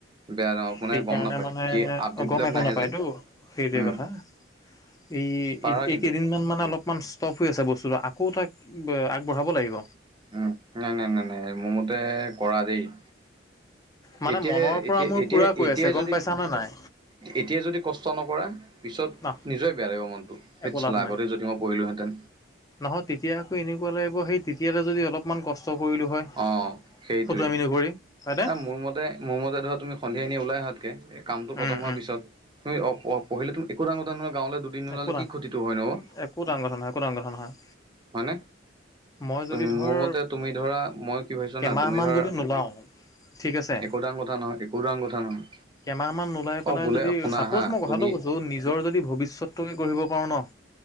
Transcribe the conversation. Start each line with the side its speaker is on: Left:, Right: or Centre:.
Right: বেয়া ন মানে
Left: সেইকাৰণে
Right: গম নাপায়
Left: মানে
Right: কি আপডেটবিলাক
Left: গম একো
Right: নাহে
Left: নাপায়তো
Right: যে
Left: সেইটোৱে
Right: উম
Left: কথা। এই
Right: পাৰা কিন্তু
Left: এইকেইদিনমান মানে অলপমান ষ্টপ হৈ আছে বস্তুটো। আকৌ তাক আগবঢ়াব লাগিব।
Right: উম নাই-নাই-নাই-নাই মোৰ মতে কৰা দেই।
Left: মানে
Right: এতিয়াই-এতিয়া-এতিয়াই-এতিয়াই
Left: মনৰ পৰা মোৰ পুৰা কৈ আছে গম
Right: যদি
Left: পাইছানে নাই
Right: এতিয়াই যদি কষ্ট নকৰা পিছত
Left: ন
Right: নিজৰে বেয়া লাগিব মনটো, ধেত
Left: একো
Right: চালা
Left: লাভ নাই।
Right: আগতেই যদি মই পঢ়িলোহেঁতেন।
Left: নহয়, তেতিয়া আকৌ এনেকুৱা লাগিব সেই তেতিয়া যদি অলমান কষ্ট কষ্ট কৰিলোঁ হয়,
Right: অঁ সেইটোৱেই
Left: ফটোৱামি নকৰি হয়নে?
Right: মোৰ মতে, মোৰ মতে ধৰা তুমি সন্ধিয়া এনে ওলাই আহাতকে কামটো খতম
Left: উম
Right: হোৱাৰ
Left: উম
Right: পিছত তুমি অহ-অহ, পঢ়িলেতো একো ডাঙৰ কথা নহয় গাঁৱলে দুদিন ওলালে
Left: একো ডাঙৰ,
Right: কি ক্ষতিটো হয় ন অ
Left: একো ডাঙৰ কথা নহয়, একো ডাঙৰ নহয়।
Right: মানে?
Left: মই যদি
Right: মোৰ
Left: ধৰ
Right: মতে তুমি ধৰা, মই কি ভাবিছোঁ
Left: কেমাহমান
Right: জনা? তুমি ধৰা
Left: যদি নোলাওঁ ঠিক আছে
Right: একো ডাঙৰ কথা নহয়, একো ডাঙৰ কথা নহয়।
Left: কেইমাহ মান নোলাই পেলাই
Right: অ বোলে
Left: যদি
Right: শুনা
Left: চাপ'জ
Right: হা
Left: মই কথাটো
Right: তুমি
Left: কৈছোঁ নিজৰ যদি ভৱিষ্যতটে গঢ়িব পাৰোঁ ন'।